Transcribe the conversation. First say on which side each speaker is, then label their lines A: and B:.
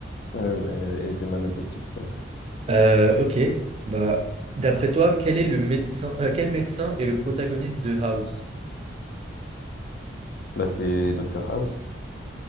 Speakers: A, on the left; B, on the right.
A: Ouais, ouais, elle, elle était malade avec cette série.
B: Euh, ok, bah, d'après toi, quel est le médecin, euh, quel médecin est le protagoniste de House?
A: Bah, c'est Doctor House.